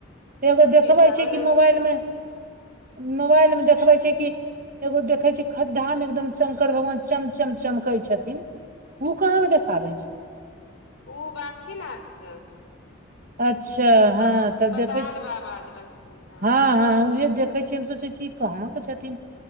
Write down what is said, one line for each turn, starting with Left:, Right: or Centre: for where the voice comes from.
Right: एगो देखबे
Left: सावन
Right: छै कि मोबाइलमे मोबाइलमे देखबे छै कि एगो देख देखै छै खद्दाा मे एकदम शंकर भगवान चमचम चमकै छथिन ओ कहाँ के देखाबै छै
Left: उ बासुकीनाथ के
Right: अच्छा
Left: प
Right: हाँ त
Left: पताल
Right: देख
Left: बाबा जे रहथिन हँ
Right: हाँ
Left: पताल
Right: हाँ उह देखै छी हम सोचै छी कहाँके छथिन